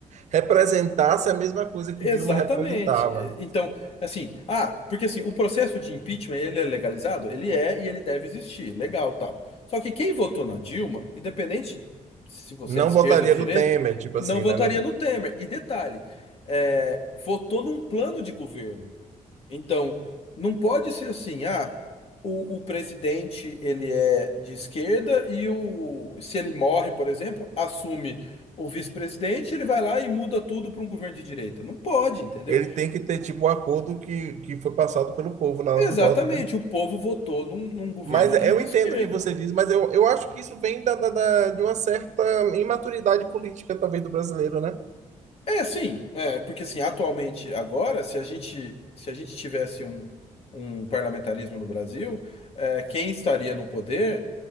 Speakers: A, on the right; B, on the left.
A: representasse a mesma coisa que
B: Exatamente.
A: Dilma representava.
B: É, Então, assim, ah, porque assim, o processo de impeachment, ele é legalizado? Ele é e ele deve existir, legal, tal. Só que quem votou na Dilma, independente se você
A: Não
B: é de esquerda
A: votaria
B: ou de direita,
A: no Temer, tipo
B: não
A: assim,
B: votaria
A: né? Não-
B: no Temer. E detalhe, é, votou num plano de governo. Então, não pode ser assim, ah, o, o presidente ele é de esquerda e o, se ele morre, por exemplo, assume o vice-presidente, ele vai lá e muda tudo para um governo de direita. Não pode, entendeu?
A: ele tem que ter tipo o acordo que, que foi passado pelo povo na hora
B: Exatamente,
A: do voto, né?
B: o povo votou num, num governo
A: Mas
B: de,
A: é, eu
B: de
A: entendo
B: esquerda.
A: o que você diz, mas eu, eu acho que isso vem da, da- da- de uma certa imaturidade política, talvez, do brasileiro, né?
B: É assim, é, porque assim, atualmente, agora, se a gente, se a gente tivesse um, um parlamentarismo no Brasil, é, quem estaria no poder